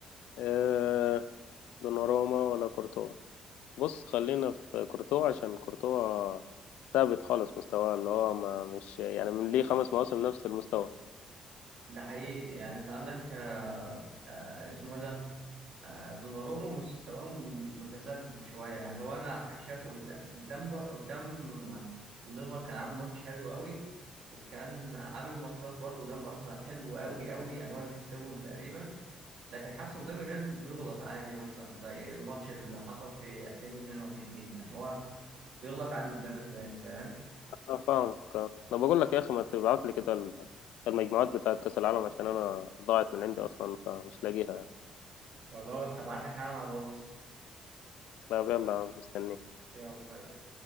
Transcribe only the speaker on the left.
إيه دوناروما ولا كورتوا بص خلينا في كورتوا عشان كورتوا ثابت خالص مستواه اللي هو ما مش يعني من ليه خمس مواسم نفس المستوى
انا فاهمك آه. انا بقول لك يا اخي ما تبعت لي كده ال- المجموعات بتاعت كاس العالم عشان انا ضاعت من عندي اصلا فمش لاقيها
لا يلا مستنيك